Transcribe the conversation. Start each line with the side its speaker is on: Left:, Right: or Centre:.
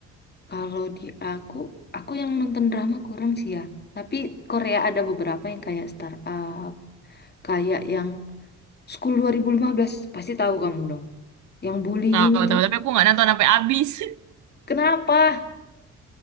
Left: Kalau di aku, aku yang nonton drama kurang sih ya. Tapi Korea ada beberapa yang kayak startup, Kayak yang School 2015, pasti tahu kamu dong. Yang bullying
Right: Tahu
Left: itu.
Right: tahu tapi aku nggak nonton sampai habis. <laughs>
Left: Kenapa?